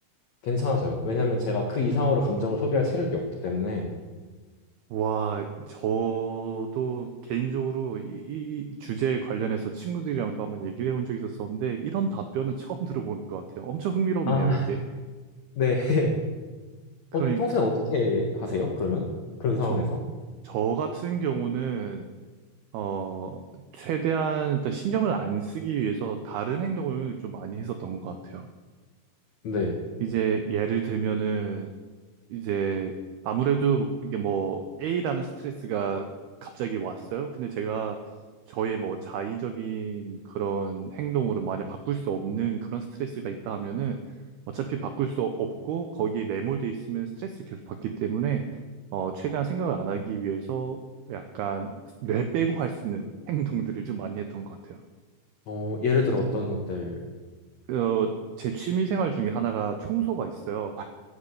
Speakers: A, on the left; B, on the right.
A: 괜찮아져요. 왜냐하면 제가 그 이상으로 감정을 소비할 체력이 없기 때문에.
B: 와, 저도 개인적으로 이, 이 주제에 관련해서 친구들이랑 또 한번 얘기를 해본 적이 있었었는데, 이런 답변은 <laughs> 처음 들어보는 것 같아요. 엄청 흥미롭네요,
A: 아,
B: 이게.
A: 네. <laughs>
B: 그러니,
A: 어, 평소에 어떻게 하세요? 그러면? 그런 상황에서?
B: 저, 저 같은 경우는, 어, 최대한 일단 신경을 안 쓰기 위해서 다른 행동을 좀 많이 했었던 것 같아요.
A: 네.
B: 이제 예를 들면은, 이제 아무래도 이게 뭐 A라는 스트레스가 갑자기 왔어요. 근데 제가 저의 뭐 자의적인 그런 행동으로 만약 바꿀 수 없는 그런 스트레스가 있다 하면은 어차피 바꿀 수 없고 거기에 매몰돼 있으면 스트레스를 계속 받기 때문에 어 최대한 생각을 안 하기 위해서 약간 뇌 빼고 할 수 있는 <laughs> 행동들을 좀 많이 했던 것 같아요.
A: 어, 예를 들어 어떤 것들인지.
B: 어 제 취미 생활 중에 하나가 청소가 있어요.